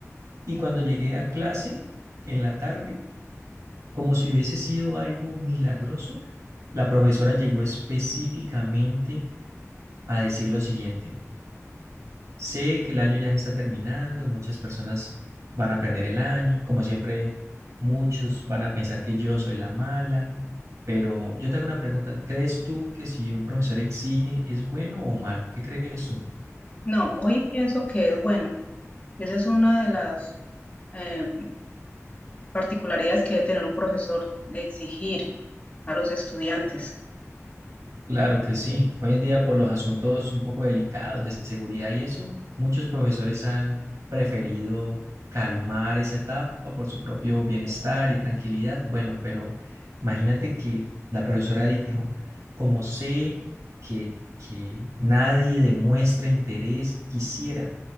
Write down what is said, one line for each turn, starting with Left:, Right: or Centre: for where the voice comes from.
Right: y cuando llegué a clase en la tarde, como si hubiese sido algo milagroso, la profesora llegó específicamente a decir lo siguiente. Sé que el año ya se está terminando, muchas personas van a perder el año, como siempre muchos van a pensar que yo soy la mala, pero yo te hago una pregunta, ¿crees tú que si un profesor exige es bueno o malo? ¿Qué crees tú?
Left: No, hoy pienso que es bueno. y Esa es una de las eh, particularidades que debe tener un profesor de exigir a los estudiantes.
Right: Claro que sí. Hoy en día, por los asuntos un poco delicados de seguridad y eso, muchos profesores han preferido calmar esa etapa por su propio bienestar y tranquilidad. Bueno, pero imagínate que la profesora dijo, como sé que, que nadie demuestra interés, quisiera